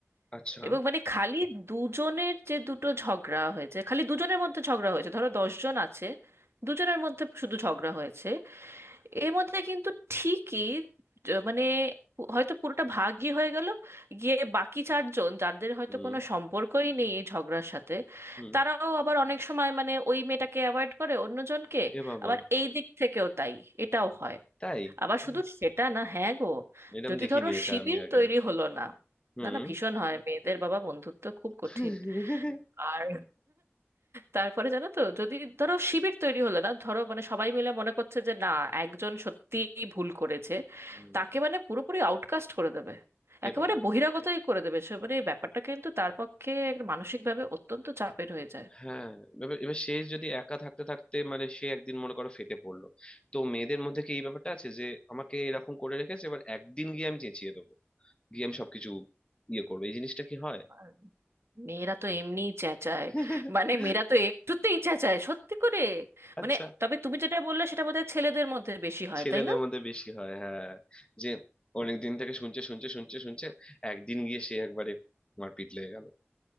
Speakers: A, on the left (about 25°); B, on the right (about 75°).
A: আচ্ছা
B: এবং মানে খালি দুজনের যে দুটো ঝগড়া হয়েছে খালি দুজনের মধ্যে ঝগড়া হয়েছে ধরো দশজন আছে দুজনের মধ্যে শুধু ঝগড়া হয়েছে এর মধ্যে কিন্তু ঠিকই য- মানে পু- হয়তো পুরোটা ভাগই হয়ে গেল গিয়ে বাকি চারজন যাদের হয়তো
A: হুম
B: কোনো সম্পর্কই নেই এই ঝগড়ার সাথে
A: হুম
B: তারাও আবার অনেক সময় মানে ওই মেয়েটাকে অ্যাভয়েড করে অন্যজনকে
A: এ বাবা
B: আবার এই দিক থেকেও তাই এটাও হয়
A: তাই
B: আবার
A: হুম,
B: শুধু সেটা না হ্যাঁ গো
A: এরম
B: যদি
A: দেখিনি
B: ধরো
A: এটা
B: শিবির
A: আমি আগে
B: তৈরি হলো না
A: হুম
B: না না ভীষণ হয় মেয়েদের বাবা বন্ধুত্ব খুব কঠিন
A: <laughs>
B: আর তারপরে জানো তো যদি ধরো শিবির তৈরি হলো না ধরো মানে সবাই মিলে মনে করছে যে না একজন সত্যিই ভুল করেছে
A: হুম
B: তাকে মানে পুরোপুরি আউটকাস্ট করে দেবে একেবারে
A: এ বাবা
B: বহিরাগতই করে দেবে সে মানে এই ব্যাপারটা কিন্তু তার পক্ষে একটা মানসিকভাবে অত্যন্ত চাপের হয়ে যায়
A: হ্যাঁ এবার এবার সে যদি একা থাকতে থাকতে মানে সে একদিন মনে করো ফেটে পড়লো তো মেয়েদের মধ্যে কি এই ব্যাপারটা আছে যে আমাকে এরকম করে রেখেছে এবার একদিন গিয়ে আমি চেঁচিয়ে দেবো গিয়ে আমি সবকিছু ইয়ে করবো এই জিনিসটা কি হয়
B: আর মেয়েরা তো এমনিই চেঁচায়
A: <laughs>
B: মানে মেয়েরা তো একটুতেই চেঁচায় সত্যি করে
A: আচ্ছা
B: মানে তবে তুমি যেটা বললে সেটা বোধহয় ছেলেদের মধ্যে বেশি হয়
A: ছেলেদের
B: তাই না
A: মধ্যে বেশি হয় হ্যাঁ যে অনেক দিন থেকে শুনছে শুনছে শুনছে শুনছে একদিন গিয়ে সে একবারে মারপিট লেগে গেল